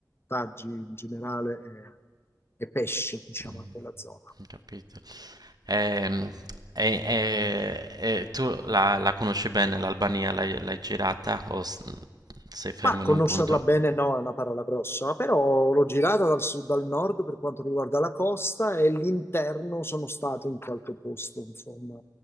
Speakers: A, on the left; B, on the right.
A: taggi in generale e, e pesce, diciamo,
B: Mm,
A: in quella zona.
B: ho capito. Ehm, E, e- e tu la, la conosci bene l'Albania? L'hai l'hai girata o s- sei fermo
A: Ma
B: in
A: conoscerla
B: un punto?
A: bene no, è una parola grossa, però l'ho girata dal sud al nord per quanto riguarda la costa e l'interno sono stato in qualche posto, insomma,